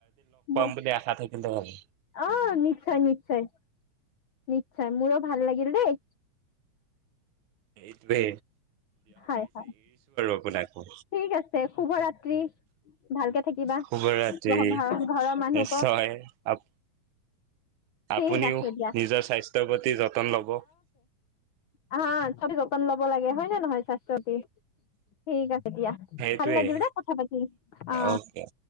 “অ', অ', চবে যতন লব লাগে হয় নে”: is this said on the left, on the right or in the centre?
Left